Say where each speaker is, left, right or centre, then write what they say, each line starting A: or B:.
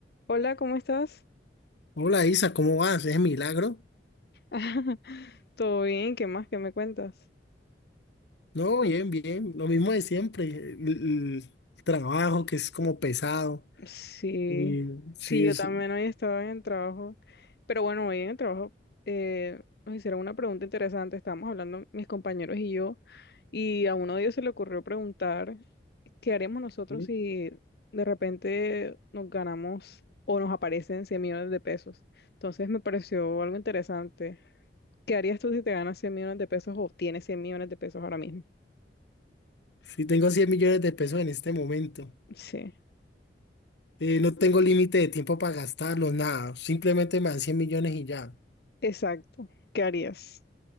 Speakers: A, on the left; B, on the left.
A: Hola, ¿cómo estás?
B: Hola Isa, ¿cómo vas? ¿Es milagro?
A: <laughs> ¿Todo bien? ¿Qué más? ¿Qué me cuentas?
B: No, bien, bien, lo mismo de siempre, el, el trabajo que es como pesado.
A: Sí,
B: Y sí,
A: sí, yo
B: es,
A: también hoy estaba en el trabajo, pero bueno, hoy en el trabajo eh, nos hicieron una pregunta interesante, estábamos hablando mis compañeros y yo, y a uno de ellos se le ocurrió preguntar, ¿qué haremos nosotros
B: sí,
A: si de repente nos ganamos o nos aparecen 100 millones de pesos? Entonces me pareció algo interesante. ¿Qué harías tú si te ganas 100 millones de pesos o tienes 100 millones de pesos ahora mismo?
B: sí tengo cien millones de pesos en este momento.
A: Sí.
B: Eh, no tengo límite de tiempo para gastarlos, nada, simplemente me dan 100 millones y ya.
A: Exacto. ¿Qué harías?